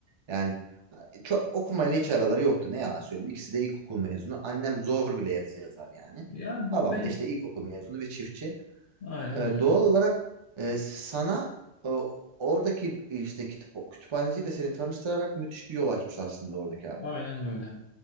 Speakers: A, on the right (about 45°); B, on the left (about 60°).
A: Yani çok okumayla hiç araları yoktu. Ne yalan söyleyeyim. İkisi de ilkokul mezunu. Annem zor bile yazı yazar yani.
B: Ya ben
A: Babam da işte ilkokul mezunu bir çiftçi.
B: aynen
A: Ee,
B: öyle.
A: doğal olarak e, sana e, oradaki işte kitap, kütüphaneciyle seni tanıştırarak müthiş bir yol açmış aslında oradaki abi.
B: Aynen öyle.